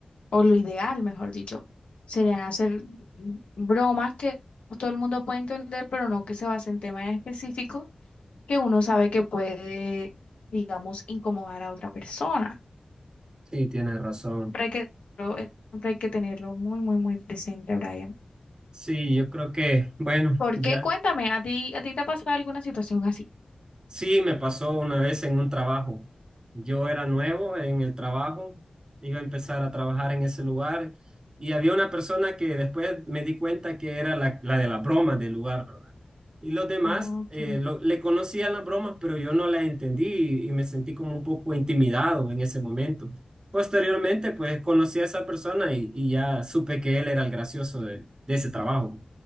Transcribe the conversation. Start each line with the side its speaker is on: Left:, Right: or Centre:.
Left: o lo ideal, mejor dicho, sería hacer bromas que todo el mundo puede entender, pero no que se base en temas específicos que uno sabe que puede, digamos, incomodar a otra persona.
Right: Sí, tienes razón.
Left: Siempre hay que, siempre hay que tenerlo muy, muy, muy presente, Brian.
Right: Sí, yo creo que, bueno,
Left: ¿Por
Right: ya.
Left: qué? Cuéntame, ¿a ti, a ti te ha pasado alguna situación así?
Right: Sí, me pasó una vez en un trabajo. Yo era nuevo en el trabajo, iba a empezar a trabajar en ese lugar y había una persona que después me di cuenta que era la, la de la broma del lugar, ¿verdad? Y los demás
Left: Ok.
Right: eh, lo- le conocían las bromas, pero yo no las entendí y, y me sentí como un poco intimidado en ese momento. Posteriormente, pues conocí a esa persona y, y ya supe que él era el gracioso de, de ese trabajo,